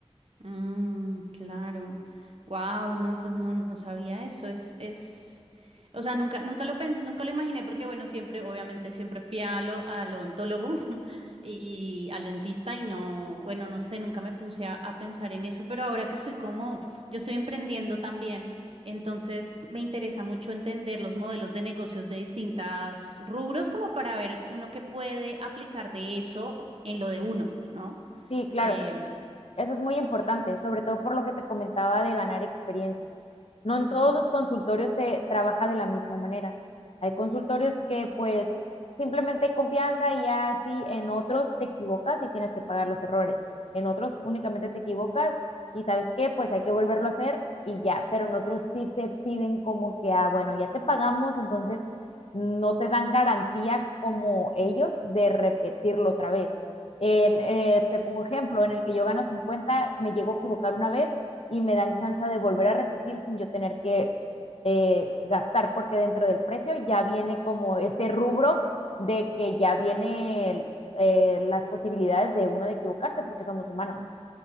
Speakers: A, on the right; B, on the left.
A: Mm, claro. Wow, no, pues no, no sabía eso. Es, es, o sea, nunca, nunca lo pens- nunca lo imaginé porque, bueno, siempre, obviamente, siempre fui a lo, al odontólogo <laughs> y al dentista y no, bueno, no sé, nunca me puse a, a pensar en eso, pero ahora que estoy como, yo estoy emprendiendo también, entonces me interesa mucho entender los modelos de negocios de distintas rubros como para ver uno que puede aplicar de eso en lo de uno, ¿no?
B: Sí, claro.
A: Em,
B: Eso es muy importante, sobre todo por lo que te comentaba de ganar experiencia. No
A: ujú.
B: en todos los consultorios se trabaja de la misma manera. Hay consultorios que pues simplemente hay confianza y ya así en otros te equivocas y tienes que pagar los errores. En otros únicamente te equivocas y sabes qué, pues hay que volverlo a hacer y ya, pero en otros sí te piden como que, ah, bueno, ya te pagamos, entonces no te dan garantía como ellos de repetirlo otra vez. En, eh, te pongo ejemplo, en el que yo gano 50 me llego a equivocar una vez y me dan chance de volver a repetir sin yo tener que eh, gastar, porque dentro del precio ya viene como ese rubro de que ya viene eh, las posibilidades de uno de equivocarse porque somos humanos.
A: Ujú,